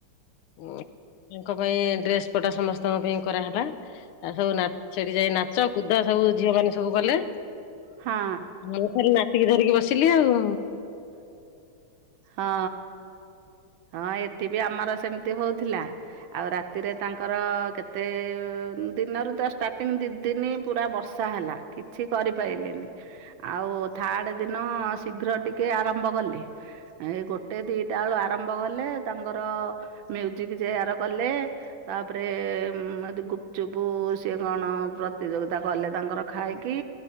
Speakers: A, on the left; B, on the right.
A: ଉଁ, ତାଙ୍କ ପାଇଁ ଡ୍ରେସ୍ ପଟା ସମସ୍ତଙ୍କ ପାଇଁ କରାହେଲା। ଆଉ ସବୁ ନା ସେଠି ଯାଇ ନାଚ କୁଦ ସବୁ ଝିଅ ମାନେ ସବୁ କଲେ।
B: ହଁ।
A: ମୁଁ ଖାଲି ନାତିକି ଧରିକି ବସିଲି ଆଉ।
B: ହଁ। ହଁ ଏଠି ବି ଆମର ସେମିତି ହଉଥିଲା। ଆଉ ରାତିରେ ତାଙ୍କର କେତେ ଉଁ, ଦିନରୁ ତ ଷ୍ଟାର୍ଟିଂ ଦି ଦିନି ପୁରା ବର୍ଷ ଷା ହେଲା କିଛି କରିପାଇଲେନି। ଆଉ ଥାର୍ଡ ଦିନ ଶୀଘ୍ର ଟିକେ ଆରମ୍ଭ କଲେ। ଏଇ ଗୋଟେ ଦିଟା ବେଳୁ ଆରମ୍ଭ କଲେ ତାଙ୍କର ମ୍ୟୁଜିକ୍ ଚିଆର କଲେ। ତାପରେ ଉଁ, ଏଠି ଗୁପଚୁପ ସିଏ କଣ ପ୍ରତିଯୋଗିତା କଲେ ତାଙ୍କର। ଖାଇକି